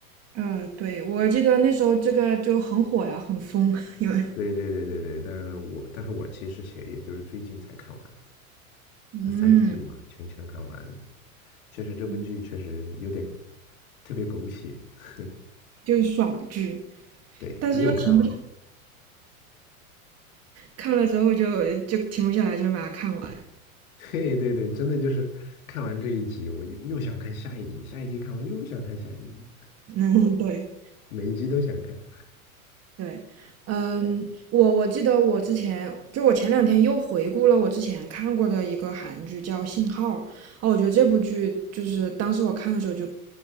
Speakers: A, on the right; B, on the left.
A: 呃，对，我记得那时候这个就很火呀，很疯，<laughs> 因为
B: 对对对对对，但是我但是我其实也也就是最近才看完，
A: 嗯
B: 那三季嘛，全全看完了。确实这部剧确实有点
A: 嗯
B: 特别狗血。<laughs>
A: 就是爽剧，
B: 对，
A: 但是又停不下，
B: 你有看吗？
A: 看了之后就就停不下来，就把它看完。
B: <laughs> 对对对，真的就是看完这一集，我又又想看下一集，下一集看完又想看下一集。
A: <laughs> 嗯，对。
B: 每一集都想看。
A: 对，嗯，我我记得我之前就我前两天又回顾了我之前看过的一个韩剧叫《信号》，啊，我觉得这部剧就是当时我看的时候就